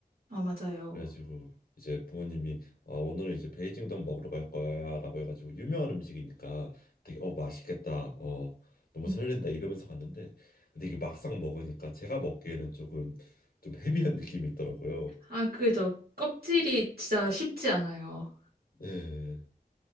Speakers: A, on the right; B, on the left.
A: 아, 맞아요.
B: 그래가지고 이제 부모님이 아, 오늘은 이제 베이징 덕 먹으러 갈 거야라고 해가지고 유명한 음식이니까 되게 어 맛있겠다. 어 너무
A: 음.
B: 설렌다 이러면서 갔는데 근데 이게 막상 먹으니까 제가 먹기에는 조금 좀 헤비한 느낌이 있더라고요.
A: 아, 그죠. 껍질이 진짜 쉽지 않아요.
B: 네.